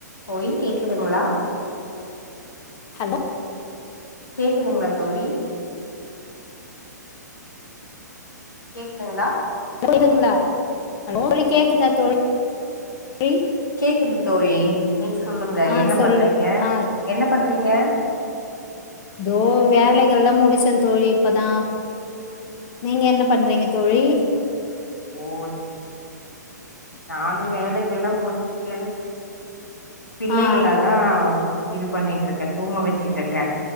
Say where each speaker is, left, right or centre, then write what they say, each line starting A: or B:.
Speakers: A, on the left (about 80°); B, on the left (about 30°).
A: போய் கேக்குதுங்களா
B: ஹலோ
A: கேக்குதுங்களா தோழி கேக்குதுங்களா
B: கேக்குதுங்களா தோழி கேக்குதா தோழி ஏய்
A: கேக்குது தோழி நீங்க சொல்லுங்க
B: ஆ
A: என்ன
B: சொல்லு
A: பண்றீங்க
B: ஆ
A: என்ன பண்றீங்க
B: தோ வேலைகள்லா முடிச்சே தோழி இப்பதா நீங்க என்ன பண்றீங்க தோழி
A: ஓய் நானு வேலைகள்லா முடிச்சிட்டு பிள்ளைகளதா
B: ஆ
A: இது பண்ணிட்டு இருக்கே தூங்க வச்சுட்டு இருக்கே